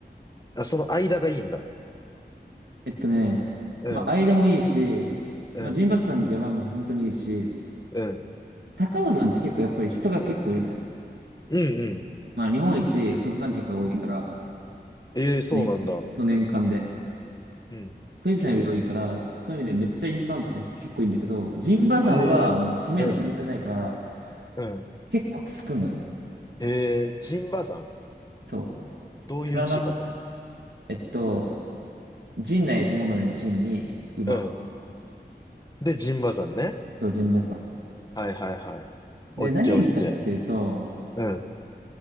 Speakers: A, on the left; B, on the right.
A: あ、その間がいいんだ。
B: えっとね、
A: うん、
B: まあ、間もいいし、
A: うん、
B: まあ、陣馬山って山も本当にいいし、
A: うん、
B: 高尾山って結構やっぱり人が結構いるのよ。
A: うん、うん。
B: まあ、日本一登山客が多いから、
A: ええそうなんだ。
B: 年、その年間で。
A: うん。
B: 富士山より多いから、そういう意味でめっちゃインバウンドが結構いいんだけど、陣馬山はもう知名度全然ないから、
A: ええうん、うん。
B: 結構つくのよ。
A: ええ陣馬山
B: そ
A: どういう字書くの
B: う。連な、えっと、陣内智則の陣に馬。
A: うん。で、陣馬山ね。
B: そう、陣馬山。
A: はいはいはい。オッケーオッケ
B: で、何がいいかっていうと、
A: ー。うん。